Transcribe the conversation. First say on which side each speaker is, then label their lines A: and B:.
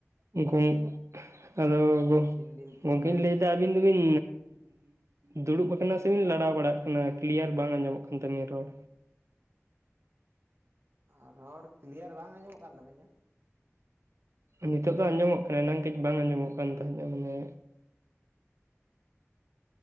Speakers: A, on the right (about 70°); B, on the right (about 50°).
A: ᱩᱱᱠᱩ ᱟᱫᱚ
B: ᱛᱤᱱ ᱫᱤᱱ ᱯᱚᱨ
A: ᱜᱚᱝᱠᱮᱧ
B: ᱞᱮ
A: ᱞᱟᱹᱭᱮᱫ ᱫᱟ ᱟᱹᱵᱤᱱ ᱫᱚ ᱵᱤᱱ ᱫᱩᱲᱩᱵ ᱟᱠᱟᱱᱟ ᱥᱮ ᱵᱤᱱ ᱞᱟᱲᱟᱣ ᱵᱟᱲᱟᱜ ᱠᱟᱱᱟ ᱠᱞᱤᱭᱟᱨ ᱵᱟᱝ ᱟᱸᱡᱚᱢᱚᱜ ᱠᱟᱱ ᱛᱟᱹᱵᱤᱱᱟ ᱨᱚᱲ᱾
B: ᱚ ᱨᱚᱲ ᱠᱤᱞᱭᱟᱹᱨ ᱵᱟᱝ ᱟᱸᱡᱚᱢᱚᱜ ᱠᱟᱱ ᱛᱟᱹᱞᱤᱧᱟ᱾
A: ᱱᱤᱛᱚᱜ ᱫᱚ ᱟᱸᱡᱚᱢᱚᱜ ᱠᱟᱱᱟ ᱮᱱᱟᱝ ᱴᱷᱤᱠ ᱵᱟᱝ ᱟᱸᱡᱚᱢᱚᱜ ᱠᱟᱱ ᱛᱟᱦᱮᱸᱡᱼᱟ ᱢᱟᱱᱮ᱾